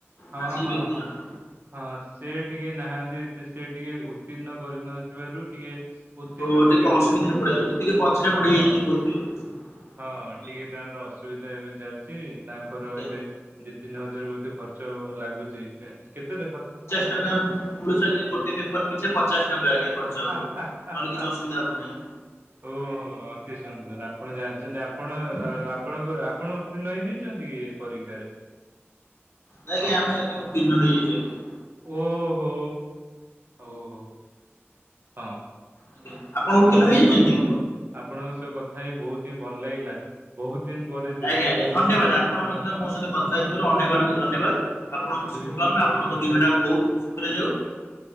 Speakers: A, on the right; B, on the left.
A: ହଁ
B: ଆ, ସେଇ
A: ହଁ
B: ବ୍ୟକ୍ତି
A: ହଁ
B: ଜଣକ।
A: ହଁ। ସେ ଟିକେ ନାହାନ୍ତି ସେ ଟିକେ ଉତ୍ତୀର୍ଣ୍ଣ କରିନଥିବାରୁ ଟିକେ ଉତ୍ତୀର୍ଣ୍ଣ
B: ଓ
A: କରିବାକୁ
B: ଟିକେ ଅସୁବିଧାରେ
A: ଚେଷ୍ଟା କରୁ-
B: ପଡିଯାଉଛି ଟିକେ ପଛରେ ପଡିଯାଇ
A: ହଁ
B: ଯି ବଝିବି ଆଉ
A: ହଁ
B: ଆଜ୍ଞା।
A: ଟିକେ ତାଙ୍କ ରସ ସୁବିଧା ଏବେ ଚାଲିଛି ତାଙ୍କର
B: ଆଜ୍ଞା।
A: ଏବେ ଦି ତିନି ହଜାର ବୋଧେ ଖର୍ଚ ଲାଗୁଛି। କେତେ ଦଖା।
B: ଳ ଗୋଟେ ପେପର ପିଛା ପଚାଶ ଟଙ୍କା ଆଜ୍ଞା ଖର୍ଚ୍ଚ ହବ
A: ହା
B: ନହେଲେ
A: ହା ହା
B: କିଛି ଅସୁବିଧା ହବ ନାହିଁ।
A: ଓହୋ ଅତି ସୁନ୍ଦର ଆପଣ ଜାଣିଛନ୍ତି
B: ଆଜ୍ଞା
A: ଆପଣ
B: ଆଜ୍ଞା
A: ଆପଣଙ୍କ ଆପଣ ଉତ୍ତୀର୍ଣ ହେଇଯାଇଛନ୍ତି କି ପରୀକ୍ଷାରେ?
B: ନାଇଁ
A: ହଁ
B: ଆଜ୍ଞା ଆମେ ତିନିଟା ହେଇଚୁ ଆମେ।
A: ଓହୋ ହୋଉ ହୋଉ। ହଁ।
B: ଆଜ୍ଞା ଆପଣ ଉତ୍ତୀର୍ଣ୍ଣ
A: ଆଉ
B: ହେଇଯାଇଛନ୍ତି?
A: ଆପଣ ଆପଣଙ୍କ ସହ କଥା ହେଇ ବହୁତ ହିଁ ଭଲ ଲାଗିଲା ବହୁତ ଦିନ ପରେ ଦୀର୍ଘ
B: ଆଜ୍ଞା ଆଜ୍ଞା
A: ଦୁଇ
B: ଧନ୍ୟବାଦ
A: ଦିନ
B: ଆପଣ
A: ଦୁଇ
B: ମଧ୍ୟ ମୋ ସହିତ କଥା ହେଇଥିବାରୁ ଅନେକ ଅନେକ
A: ହଁ
B: ଧନ୍ୟବାଦ ଆପଣଙ୍କୁ
A: ଦୁଇ
B: ଶୁଭକାମନା।
A: ଦିନ ପରେ
B: ଆପଣଙ୍କ
A: କଥା
B: ଦିନ
A: ହଉଛି
B: ଟା ବହୁତ ସୁଖରେ ଯାଉ